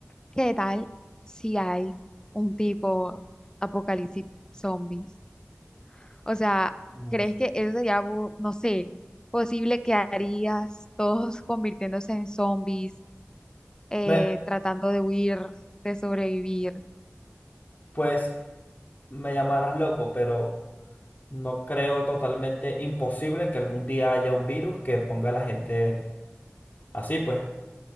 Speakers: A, on the left (about 15°); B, on the left (about 35°).
A: ¿Qué tal si hay un tipo apocalipsis zombies? O sea,
B: Uf.
A: ¿crees que eso sería, bu- no sé, posible que harías todos convirtiéndose en zombies, eh,
B: Me,
A: tratando de huir, de sobrevivir?
B: pues me llamarás loco, pero no creo totalmente imposible que algún día haya un virus que ponga a la gente así, pues.